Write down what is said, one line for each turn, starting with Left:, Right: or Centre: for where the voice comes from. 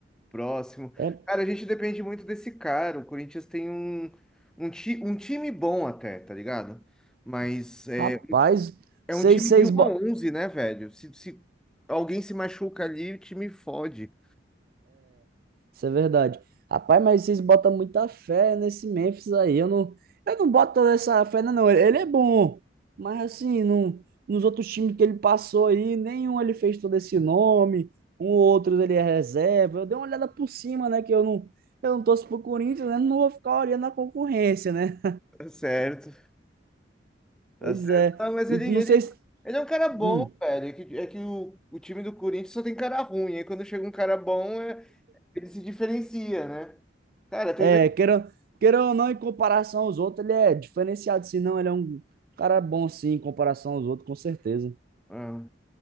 Centre: Próximo.
Right: É,
Centre: Cara, a gente depende muito desse cara. O Corinthians tem um, um, ti, um time bom até, tá ligado? Mas é,
Right: rapaz,
Centre: é
Right: seis
Centre: um time
Right: seis
Centre: de 1 a 11, né, velho? Se, se alguém se machuca ali, o time fode.
Right: Isso é verdade. Rapaz, mas vocês botam muita fé nesse Memphis aí. Eu não, eu não boto toda essa fé, não. não. Ele ele é bom, mas assim, não, nos outros times que ele passou aí, nenhum ele fez todo esse nome. Um ou outro ele é reserva. Eu dei uma olhada por cima, né? Que eu não, eu não torço pro Corinthians, né? Não vou ficar olhando a concorrência, né?
Centre: Tá certo, tá
Right: Pois
Centre: certo.
Right: é.
Centre: Ah, mas
Right: E
Centre: ele,
Right: não
Centre: ele,
Right: sei se.
Centre: ele é um cara bom,
Right: Hum,
Centre: velho. É que, é que o, o time do Corinthians só tem cara ruim. Aí quando chega um cara bom, é- ele se diferencia, né? Cara, tem
Right: é,
Centre: dois.
Right: queira, queira ou não, em comparação aos outros, ele é diferenciado. Se não, ele é um cara bom, sim, em comparação aos outros, com certeza.
Centre: Ah,